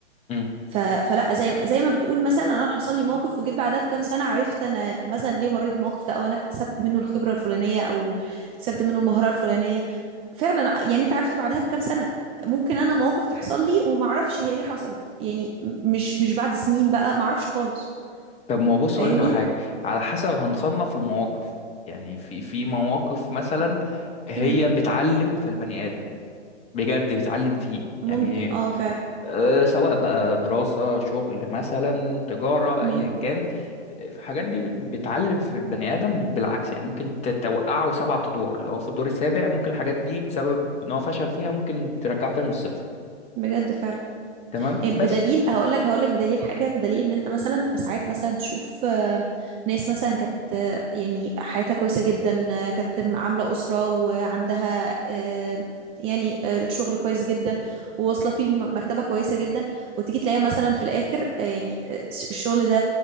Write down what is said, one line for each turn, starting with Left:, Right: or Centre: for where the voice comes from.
Left: امم
Right: ف... فلا زي زي ما بتقول مثلا انا حصل لي موقف وجيت بعدها بكام سنه عرفت انا مثلا ليه مريت بالموقف ده او انا اكتسبت منه الخبره الفلانيه او اكتسبت منه المهاره الفلانيه فعلا يعني انت عرفت بعدها بكام سنه ممكن انا مواقف تحصل لي وما اعرفش هي ليه حصلت يعني م- مش مش بعد سنين بقى ما اعرفش خالص
Left: طب ما هو بص
Right: فاهمني
Left: اقول لك على حاجه على حسب هنصنف المواقف يعني في في مواقف مثلا هي
Right: مم.
Left: بتعلم في البني ادم بجد بتعلم فيه
Right: ممكن
Left: يعني
Right: اه فعلا
Left: آه، سواء بقى دراسه شغل مثلا تجاره
Right: مم.
Left: ايا كان في في حاجات دي بتعلم في البني ادم بالعكس يعني ممكن ت- توقعه سبعة ادوار لو هو في الدور السابع ممكن الحاجات دي بسبب ان هو فشل فيها ممكن ترجعه تاني من الصفر
Right: بجد فعلا
Left: تمام
Right: يعني بدليل
Left: بس
Right: هقول لك هقول لك بدليل حاجه بدليل ان انت مثلا ساعات مثلا تشوف آه، ناس مثلا كانت آه، يعني حياتها كويسه جدا آه، كانت عامله اسره وعندها آه، يعني آه، شغل كويس جدا وواصله فيه مرتبه كويسه جدا وتيجي تلاقيها مثلا في الاخر آه، يعني آه، الشغل ده